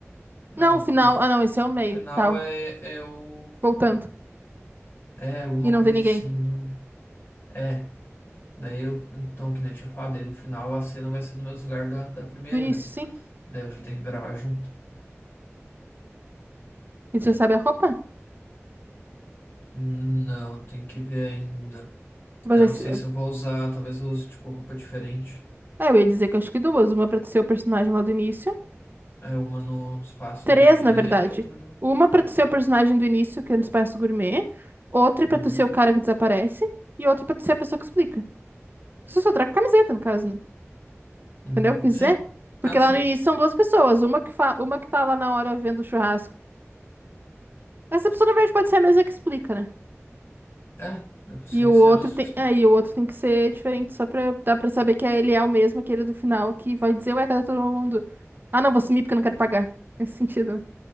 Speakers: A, on the left; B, on the right.
A: Não,
B: Não, o final.
A: o, f-
B: Ah, não,
A: o
B: esse é o meio.
A: o final
B: Tá,
A: é, é o.
B: voltando.
A: É alguma
B: E não
A: coisa
B: tem ninguém.
A: assim. não- É, daí eu. Então, que nem eu tinha falado, daí no final a cena vai ser no mesmo lugar da, da primeira,
B: Do início,
A: né?
B: sim.
A: Daí eu já tenho que gravar junto.
B: E tu já sabe a roupa?
A: Não, tem que ver ainda.
B: Mas
A: Então,
B: esse...
A: não sei se eu vou usar. Talvez eu use, tipo, roupa diferente.
B: É, eu ia dizer que acho que duas. Uma pra tu ser o personagem lá do início.
A: É uma no espaço
B: Três,
A: gourmet
B: na verdade.
A: e outra no.
B: Uma pra tu ser o personagem do início, que é no Espaço Gourmet. Outra
A: no-
B: pra tu ser o cara que desaparece. E outra pra tu ser a pessoa que explica. Isso é só troca a camiseta, no caso, né?
A: Uhum.
B: Entendeu o que eu
A: Sim.
B: quis dizer? Porque
A: Ah, sim.
B: lá no início são duas pessoas. Uma que, fa... uma que tá lá na hora vendo o churrasco. Essa pessoa, na verdade, pode ser a mesma que explica, né?
A: É, é pra você
B: E o
A: isso
B: outro
A: é mesmo
B: tem...
A: que explica.
B: É, e o outro tem que ser diferente, só pra dar pra saber que ele é o mesmo, aquele do final, que vai dizer, ué, cadê todo mundo? Ah, não, vou sumir porque eu não quero pagar. Nesse sentido, né?